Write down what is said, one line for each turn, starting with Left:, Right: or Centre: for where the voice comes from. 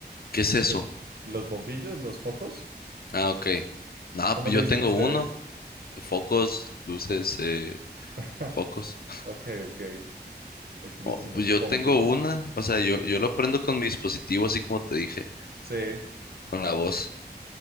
Left: ¿Qué es
Right: ¿Tú
Left: eso?
Right: qué op- ¿Los bombillos? ¿Los focos?
Left: Ah, ok. No,
Right: ¿Cómo
Left: pues
Right: le
Left: yo
Right: dicen
Left: tengo
Right: ustedes?
Left: uno, focos, luces, eh,
Right: <laughs>
Left: focos. <laughs>
Right: Ok, ok. Aquí les
Left: Oh,
Right: decimos
Left: pues yo
Right: bombillos.
Left: tengo una, o sea, yo, yo lo prendo con mi dispositivo, así como te dije,
Right: Sí,
Left: con la voz.